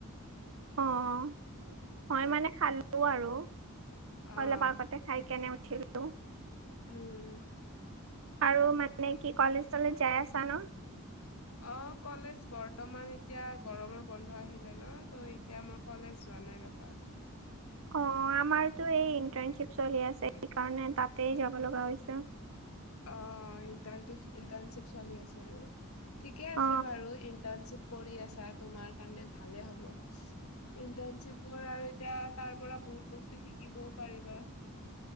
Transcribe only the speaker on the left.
অ'
উম।
অহ, কলেজ বৰ্তমান এতিয়া গৰমৰ বন্ধ আহিলে ন' ত এতিয়া মই কলেজ যোৱা নাই ৰবা।
অহ, ইন্টাৰচি-ইন্টাৰণশ্বিপ চলি আছে ন'। ঠিকে আছে
বাৰু ইন্টাৰশ্বিপ কৰি আছা তোমাৰ কাৰণে ভালে হ'ব। ইণ্টাণশ্বিপৰ আৰু এতিয়া তাৰপৰা বহুত বস্তু শিকিবও পাৰিবা।